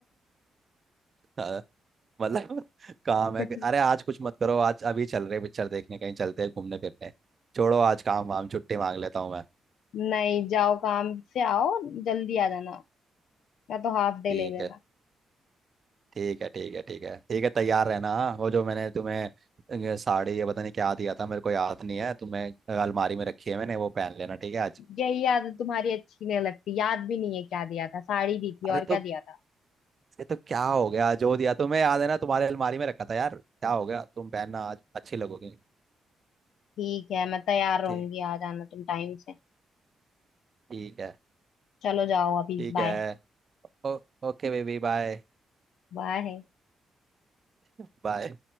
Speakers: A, on the right; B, on the left.
A: अ, मतलब काम है
B: <laughs>
A: कि- अरे आज कुछ मत करो आज अभी चल रहे पिक्चर देखने कहीं चलते हैं घूमने फिरने छोड़ो आज काम वाम छुट्टी मांग लेता हूँ मैं
B: नहीं जाओ काम से आओ जल्दी आ जाना या तो हाफ डे
A: ठीक
B: ले लेना
A: है ठीक है ठीक है ठीक है ठीक है तैयार रहना हाँ। वो जो मैंने तुम्हें अ, साड़ी या पता नहीं क्या दिया था मेरे को याद नहीं है तुम्हें अलमारी में रखी है मैंने वो पहन लेना ठीक है आज
B: यही आदत तुम्हारी अच्छी नहीं लगती याद भी नहीं है क्या दिया था साड़ी दी थी
A: अरे
B: और क्या
A: तो
B: दिया था
A: ये तो क्या हो गया जो दिया तुम्हें याद है ना तुम्हारे अलमारी में रखा था यार क्या हो गया तुम पहनना आज अच्छी लगोगी
B: ठीक है मैं तैयार रहूंगी
A: ठीक
B: आ जाना तुम टाइम से
A: ठीक है
B: चलो जाओ अभी
A: ठीक
B: बाय
A: है ओ, ओके बेबी बाय
B: बाय
A: बाय